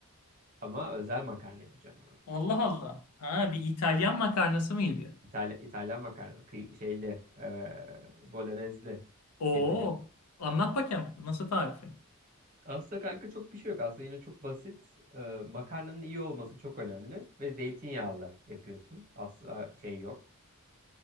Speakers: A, on the right (about 40°); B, on the left (about 85°).
A: ama özel makarna yapacağım.
B: Allah Allah. Ha, bir İtalyan makarnası mı geliyor?
A: İtalya, İtalyan makarna. Kıy, şeyli. E, bolognezli
B: Oo.
A: yapacağım.
B: Anlat bakayım. Nasıl tarifin?
A: Aslında kanka çok bir şey yok. Aslında yine çok basit. E, makarnanın iyi olması çok önemli. Ve zeytinyağlı yapıyorsun. Asla şey yok.